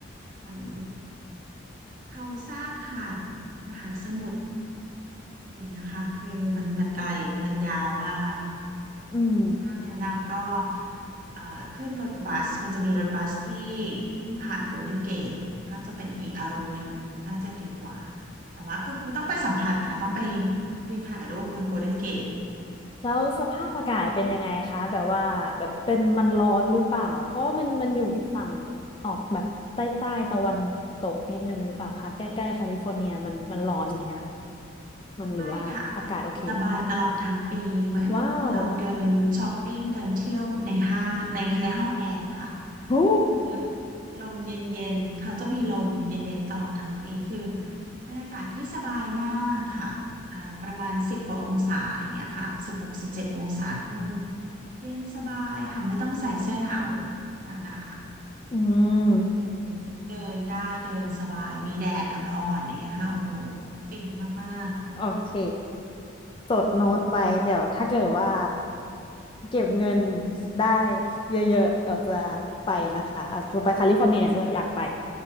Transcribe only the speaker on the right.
เหมือนเขาสร้างผ่านมหาสมุทรอย่างเงี้ยค่ะคือมันมันไกลมันยาวมาก
ถ้าแนะนำก็เอ่อขึ้นรถบัสมันจะมีรถบัสที่วิ่งผ่านโกลเด้นเกตก็จะเป็นอีกอารมณ์หนึ่งน่าจะดีกว่าแต่ว่าก็คือต้องไปสัมผัสค่ะต้องไปยืนถ่ายรูปบนโกลเด้นเกต
ไม่ค่ะอากาศเย็นสบายตลอดทั้งปีเหมือนเราเดินช้อปปิ้งเดินเที่ยวในห้างในในห้องแอร์ค่ะ
คือลมเย็นๆเขาจะมีลมเย็นๆตลอดทั้งปีคือบรรยากาศที่สบายมากค่ะอ่าประมาณสิบกว่าองศาอย่างเงี้ยค่ะสิบหกสิบเจ็ดองศาคือมันเย็นสบายค่ะไม่ต้องใส่เสื้อหนาวหนา
ๆคือเดินได้เดินสบายมีแดดอ่อนๆอย่างเงี้ยค่ะโอ้โหฟินมาก
ๆค
่ะ